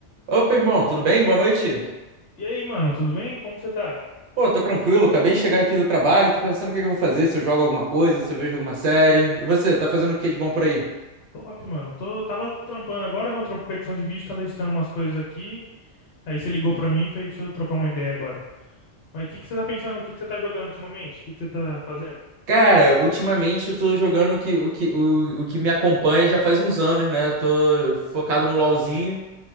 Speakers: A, on the right (about 65°); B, on the left (about 65°).
A: Opa, irmão, tudo bem? Boa noite.
B: E aí, mano, tudo bem? Como você tá?
A: Pô, tô tranquilo, acabei de chegar aqui do trabalho, tô pensando o que que eu vou fazer, se eu jogo alguma coisa, se eu vejo alguma série. E você, tá fazendo o que de bom por aí?
B: Top, mano. Tô, tava trampando agora, né? Eu trampo com edição de vídeo, tava editando umas coisas aqui. Aí você ligou pra mim e falei, deixa eu trocar uma ideia agora. Mas o que que você tá pensando? O que que você tá jogando ultimamente? O que que você tá fazendo?
A: Cara, ultimamente eu tô jogando o que, o que, o, o que me acompanha já faz uns anos, né? Eu tô focado no LoLzinho,